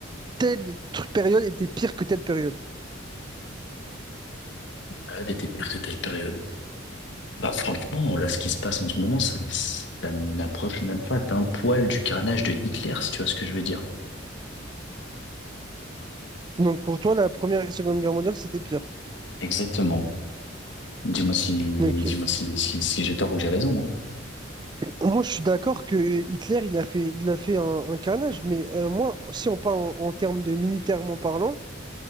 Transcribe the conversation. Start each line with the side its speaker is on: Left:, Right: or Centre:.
Right: telle tr- période était pire que telle période.
Left: Voilà, des des pertes de taille période. Bah franchement, là, ce qui se passe en ce moment, ça, ne- ça n'approche même pas d'un poil du carnage de Hitler, si tu vois ce que je veux dire.
Right: Donc pour toi, la Première et Seconde Guerre mondiale, c'était pire.
Left: Exactement. Dis-moi si,
Right: Ok.
Left: dis-moi si, si, si j'ai tort ou j'ai raison. hein.
Right: Moi, je suis d'accord que Hitler, il a fait, il a fait un, un carnage, mais euh, moi, si on parle en, en termes de militairement parlant,